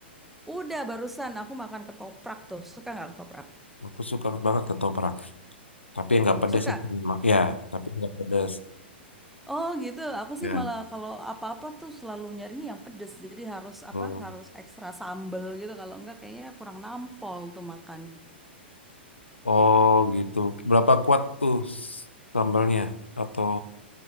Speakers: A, in the centre; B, on the left.
A: Udah barusan aku makan ketoprak tuh. Suka nggak ketoprak?
B: Aku suka banget ketoprak, tapi yang nggak pedas
A: Suka.
B: ya. Ya, tapi nggak pedas.
A: Oh gitu. Aku
B: Ya.
A: sih malah kalau apa-apa tuh selalu nyarinya yang pedes. Jadi harus
B: hmm.
A: apa? Harus ekstra sambel gitu. Kalau enggak kayaknya kurang nampol tuh makan.
B: Oh gitu. Berapa kuat tuh sambalnya? Atau